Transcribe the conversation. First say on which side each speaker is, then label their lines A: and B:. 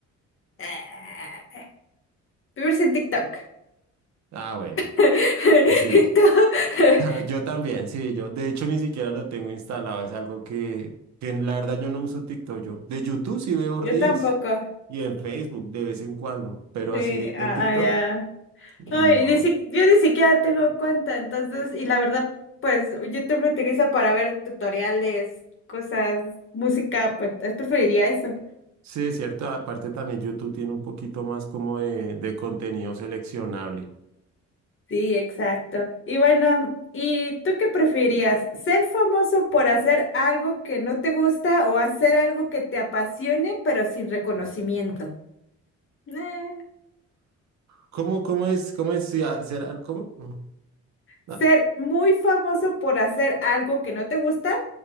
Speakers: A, on the left (about 45°); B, on the right (about 65°).
A: Ah, Vives en TikTok.
B: Ah, bueno.
A: <laughs>
B: Sí,
A: ¿Y tú? <laughs>
B: <laughs> ta- yo también, sí, yo. De hecho, ni siquiera lo tengo instalado. Es algo que, que en la verdad yo no uso TikTok. Yo de YouTube sí veo
A: Yo
B: Reels
A: tampoco.
B: y en Facebook de vez en cuando, pero
A: Sí,
B: así de de
A: ah,
B: TikTok,
A: ah, ya.
B: no.
A: No, y ni si- yo ni siquiera tengo cuenta, entonces, y la verdad, pues YouTube lo utilizo para ver tutoriales, cosas, música, pues entonces preferiría eso.
B: Sí, es cierto. Aparte también YouTube tiene un poquito más como de, de contenido seleccionable.
A: Sí, exacto. Y bueno, ¿y tú qué preferirías? ¿Ser famoso por hacer algo que no te gusta o hacer algo que te apasione pero sin reconocimiento? Eh,
B: ¿Cómo, cómo es, cómo es sí, hacer al- cómo? Mm,
A: ¿Ser
B: ah,
A: muy famoso por hacer algo que no te gusta